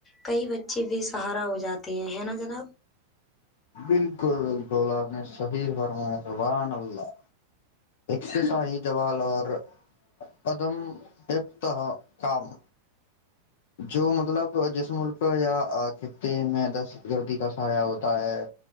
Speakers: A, on the left (about 15°); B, on the left (about 55°).
A: کئی بچے بھیے سہارا ہو جاتے ہیں ہے نا جناب
B: بالکل بالکل آپ نے صحیح فرمایا زبحان اللہ سے شاہی جوال اور قدم <unintelligible> جو مطلب جس ملک یا خطے میں دہشت گردی کا سہایہ ہوتا ہے